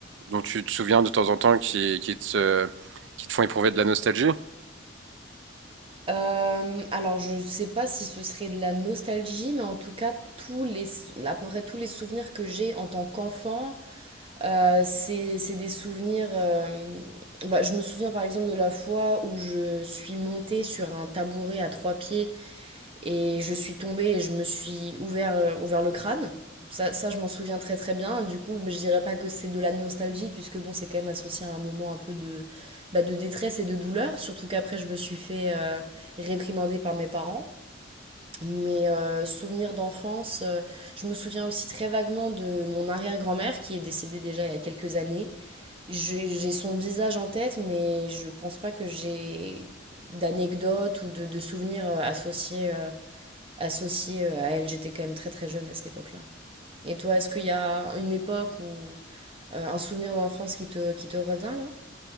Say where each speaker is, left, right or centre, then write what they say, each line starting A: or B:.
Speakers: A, on the right (about 65°); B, on the right (about 30°).
A: dont tu te souviens de temps en temps qui, qui te, qui te font éprouver de la nostalgie?
B: Euh, alors je sais pas si ce serait de la nostalgie, mais en tout cas tous les à peu près tous les souvenirs que j'ai en tant qu'enfant Euh, c'est, c'est des souvenirs. euh, bah, je me souviens par exemple de la fois où je suis montée sur un tabouret à trois pieds et je suis tombée et je me suis ouvert, euh, ouvert le crâne. Ça, ça, je m'en souviens très très bien. Du coup, bah, je dirais pas que c'est de la nostalgie puisque bon, c'est quand même associé à un moment un peu de, bah, de détresse et de douleur. Surtout qu'après, je me suis fait euh, réprimander par mes parents. Mes euh, souvenirs d'enfance, euh, je me souviens aussi très vaguement de mon arrière-grand-mère qui est décédée déjà il y a quelques années. J'ai j'ai son visage en tête, mais je pense pas que j'ai d'anecdotes ou de, de souvenirs euh, associés, euh, associés euh, à elle. J'étais quand même très très jeune à cette époque-là. Et toi, est-ce qu'il y a une époque ou euh, un souvenir d'enfance qui te, qui te revient là?